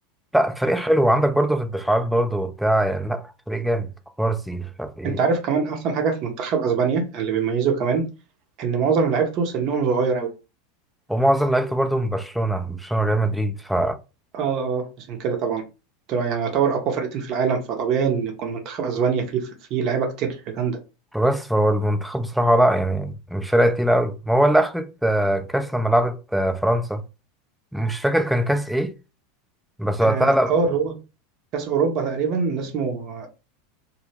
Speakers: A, in the centre; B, on the right (about 45°).
A: لا فريق حلو وعندك برضه في الدفاعات برضه وبتاع يعني لا فريق جامد كوارسي مش عارف ايه
B: انت عارف كمان احسن حاجه في منتخب اسبانيا اللي بيميزه كمان ان معظم لعيبته سنهم صغير قوي
A: ومعظم لعيبته برضه من برشلونة من برشلونة وريال مدريد ف
B: اه اه آه. عشان كده طبعا طلع يعني يعتبر اقوى فرقتين في العالم فطبيعي ان يكون منتخب اسبانيا فيه فيه لعيبه كتير جامده
A: فبس فهو المنتخب بصراحة لا يعني مش فرقة تقيلة أوي ما هو اللي أخدت آه، كأس لما لعبت آه، فرنسا مش فاكر كان كأس إيه بس وقتها
B: اه
A: لا
B: آه، اللي هو كاس اوروبا تقريبا اسمه